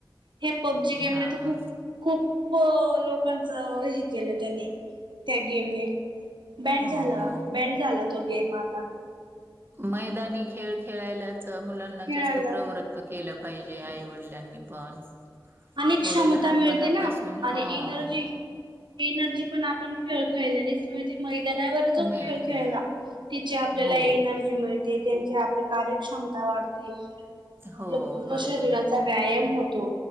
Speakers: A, on the right (about 90°); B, on the right (about 30°).
A: हे पबजी गेमने
B: हां,
A: त खूप खूप लोकांचं हे केलं त्यांनी त्या गेमने बॅन
B: हो.
A: झाला बॅन झाला तो गेम आता
B: मैदानी खेळ खेळायलाच मुलांना
A: खेळायला
B: जास्त प्रवृत्त केलं. पाहिजे आई वडिलांनी पण
A: अनेक क्षमता
B: थोडं लहानपणापासून
A: मिळते ना आणि
B: हां,
A: एनर्जी एनर्जी पण आपण खेळ खेळल्याने मैदानावर जो
B: मिळते.
A: खेळ खेळला तिची आपल्याला
B: हो,
A: एनर्जी मिळते. ते त्यांची आपली कार्यक्षमता वाढते आपलं
B: हो
A: पूर्ण
B: बरोबर
A: शरीराचा
B: आहे.
A: व्यायाम होतो